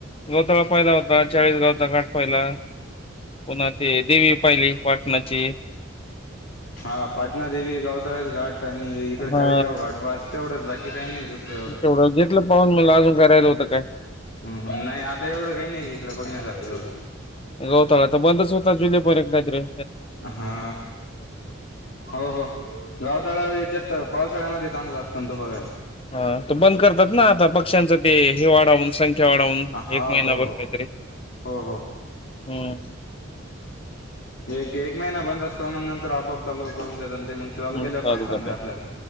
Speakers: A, on the left; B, on the left.
A: गवतळा पाहिला होता चाळीस गावचा काठ पाहिला पुन्हा ते देवी पाहिली पाटणाची.
B: हा पाटणा देवी गावतळास घाट. आणि इकडे
A: हा
B: चाळीसगाव घट पास तेवढंच बाकी काही नाही. दुसरं
A: तेवढं जेथलं पाहन <unintelligible> मला अजून करायला होतं. काय.
B: नाही आता एवढं काही नाही इकडं बघण्यासारखं एवढं.
A: गहोताळ बंदच होता जुलै पर्यत काही तरी
B: हा हो हो गावतळा याच्यात पाऊस. <unintelligible> मध्ये चांगल असतं तो बघायला.
A: ह तो बंद करतात ना आता पक्ष्यांच ते हिवाळा हून संख डून <unintelligible>
B: हा
A: एक
B: हो
A: महिना भर
B: हो
A: कायत रे
B: हो हो
A: ह.
B: एक एक महिना बंद असतो मग नंतर आपोआप चालू करून. मग <unintelligible> चाल
A: हम्
B: केल्यावर
A: चालू
B: सांगतन
A: करतात
B: ते आपल्याला